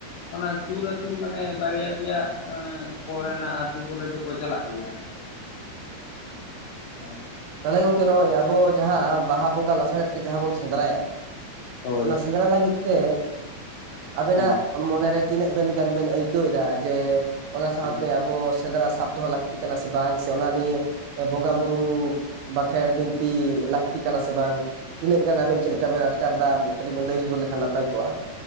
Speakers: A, on the left; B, on the right.
A: ᱚᱱᱟ ᱥᱩᱨ ᱟᱹᱛᱩ ᱢᱟᱱᱮ ᱵᱟᱨᱭᱟ ᱯᱮᱭᱟ ᱟᱸ ᱠᱚ ᱨᱮᱱᱟᱜ ᱟᱹᱛᱩ ᱠᱚᱨᱮ ᱫᱚᱠᱚ ᱪᱟᱞᱟᱜ ᱜᱮᱭᱟ᱾ ᱚ᱾
B: ᱛᱟᱦᱚᱞᱮ ᱜᱚᱝᱠᱮ ᱱᱚᱸᱜᱼᱚᱭ ᱟᱵᱚ ᱡᱟᱦᱟᱸ ᱵᱟᱦᱟ ᱵᱚᱸᱜᱟ ᱞᱟᱥᱟᱲᱮᱫ ᱛᱮ ᱡᱟᱦᱟᱸ ᱵᱚᱱ ᱥᱮᱸᱫᱽᱨᱟᱭᱟ᱾
A: ᱦᱳᱭ
B: ᱚᱱᱟ ᱥᱮᱸᱫᱽᱨᱟ ᱞᱟᱹᱜᱤᱫ ᱛᱮ ᱟᱵᱮᱱᱼᱟᱜ
A: ᱦᱮᱸ
B: ᱢᱚᱱᱮᱨᱮ ᱛᱤᱱᱟᱹᱜ ᱵᱮᱱ ᱜᱟᱱ ᱵᱮᱱ ᱟᱹᱭᱠᱟᱹᱣ ᱮᱟ ᱡᱮ ᱚᱱᱟ ᱥᱟᱶᱛᱮ
A: ᱦᱳᱭ
B: ᱟᱵᱚ ᱥᱮᱸᱫᱽᱨᱟ ᱥᱟᱵ ᱫᱚᱦᱚ ᱞᱟᱹᱠᱛᱤ ᱠᱟᱱᱟ ᱥᱮ ᱵᱟᱝ ᱥᱮ ᱚᱱᱟ ᱱᱤᱭᱮ ᱵᱚᱸᱜᱟ ᱵᱩᱨᱩ ᱵᱟᱸᱠᱷᱮᱬ ᱵᱤᱱᱛᱤ ᱞᱟᱹᱠᱛᱤ ᱠᱟᱱᱟ ᱥᱮ ᱵᱟᱝ, ᱛᱤᱱᱟᱹᱜ ᱜᱟᱱ ᱟᱵᱮᱱ ᱪᱮᱫᱠᱟ
A: ᱦᱳᱭ
B: ᱵᱮᱱ ᱟᱴᱠᱟᱨ ᱫᱟ ᱠᱟᱹᱴᱤᱡ ᱵᱮᱱ ᱞᱟᱹᱭ ᱥᱚᱫᱚᱨ ᱞᱮᱠᱷᱟᱱ ᱱᱟᱯᱟᱭ ᱠᱚᱜᱼᱟ᱾